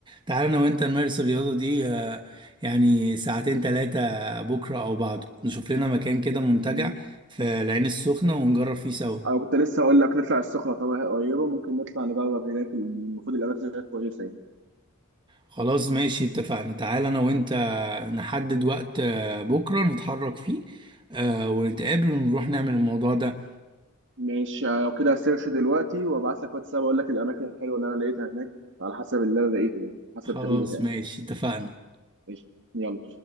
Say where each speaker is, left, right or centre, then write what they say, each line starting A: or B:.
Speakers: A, on the right (about 20°); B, on the right (about 60°).
A: تعالى أنا وأنت نمارس الرياضة دي آه يعني ساعتين تلاتة بكرة أو بعده نشوف لنا مكان كده منتجع
B: مم.
A: في العين السخنة ونجرب فيه سوا
B: انا كنت لسه هقول لك نطلع السخنه طبعا هي قريبه ممكن نطلع نجرب هناك المفروض الاماكن هناك كويسه يعني
A: خلاص ماشي اتفقنا تعال انا وانت نحدد وقت آه، بكرة نتحرك فيه آه، ونتقابل ونروح نعمل الموضوع ده
B: ماشي لو كده هسيرش دلوقتي وابعت لك واتساب اقول لك الاماكن الحلوه اللي انا لقيتها هناك على حسب اللي انا لقيته يعني على حسب
A: خلاص
B: التدريب بتاعي
A: ماشي اتفقنا
B: ماشي يلا